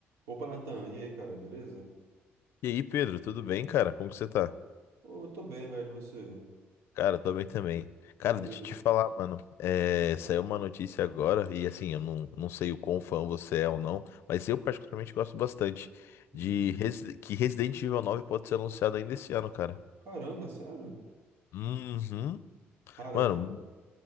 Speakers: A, on the right; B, on the left.
A: Opa, Natan, e aí, cara, beleza?
B: E aí, Pedro, tudo bem, cara? Como que você tá?
A: Ô, tô bem, velho, e você?
B: Cara, tô bem também. Cara,
A: Maravilha.
B: deixa eu te falar, mano. É, saiu uma notícia agora, e assim, eu não, não sei o quão fã você é ou não, mas eu particularmente gosto bastante
A: Hum?
B: de Resi- que Resident Evil 9 pode ser anunciado ainda esse ano, cara.
A: Caramba, é sério?
B: Uhum.
A: Cara,
B: Mano,